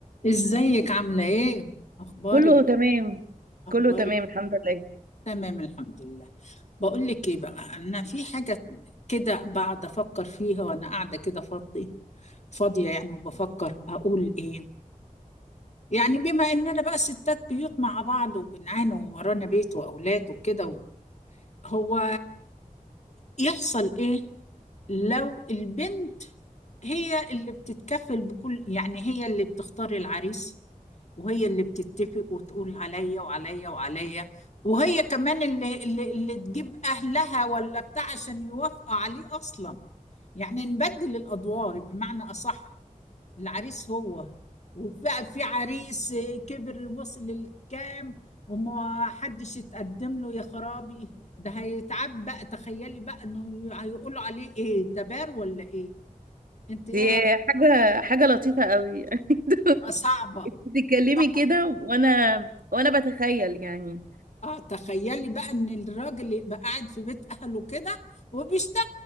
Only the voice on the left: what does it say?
ازيك عاملة ايه؟ اخبارك
اخبارك
تمام الحمد لله بقول لك ايه بقى انا في حاجة كده بقعد افكر فيها وانا قاعدة كده فاضية فاضية يعني وبفكر اقول ايه يعني بما اننا بقى ستات بيوت مع بعض وبنعاني وورانا بيت واولاد وكده هو يحصل ايه لو البنت هي اللي بتتكفل بكل يعني هي اللي بتختار العريس وهي اللي بتتفق وتقول عليا وعليا وعليا وهي كمان اللي اللي, اللي تجيب أهلها ولا بتاع عشان يوافقوا عليه أصلا يعني نبدل الأدوار بمعنى أصح العريس هو وفي في عريس كبر وصل للكام وما حدش يتقدم له يا خرابي ده هيتعب بقى تخيلي بقى انه هيقولوا عليه ايه ده بار ولا ايه انت ايه
رأيك
آه، صعبة
صعبة
اه تخيلي بقى ان الراجل يبقى قاعد في بيت اهله كده وبيشتغل